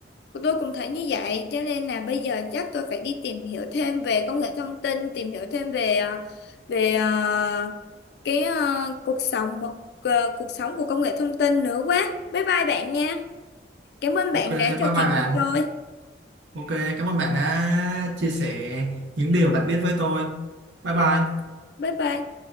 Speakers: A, on the left; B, on the right.
A: Tôi cũng thấy như vậy, cho nên là bây giờ chắc tôi phải đi tìm hiểu thêm về công nghệ thông tin, tìm hiểu thêm về ờ, về ờ, cái ờ, cuộc sống một ờ, cuộc sống của công nghệ thông tin nữa quá. Bye bye bạn nha. Cảm ơn
B: ok
A: bạn đã
B: bye
A: trò
B: bye bạn
A: chuyện cùng tôi.
B: ok cảm ơn bạn đã chia sẻ những điều bạn biết với tôi bye bye
A: Bye bye.